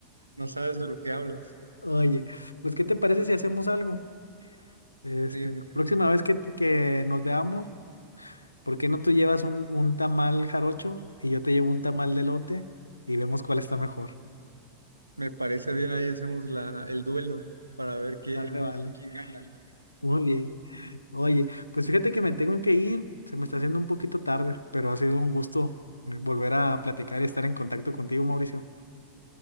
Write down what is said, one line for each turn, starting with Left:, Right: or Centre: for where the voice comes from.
Right: No sabes de lo que hablas.
Left: Oye, pues ¿qué te parece si hacemos algo? Este,
Right: Dime.
Left: la próxima vez que, que nos veamos, ¿por qué no tú llevas un, un tamal jarocho y yo te llevo un tamal de lote y vemos cuál está mejor?
Right: Me parece bien, ahí hacemos la, el duelo para ver quién,
Left: Dale, vale.
Right: quién gana. ¿no?
Left: Muy bien. Oye, pues fíjate que me tengo que ir, se me está haciendo un poquito tarde, pero ha sido un gusto volver a platicar y estar en contacto contigo, Mauricio.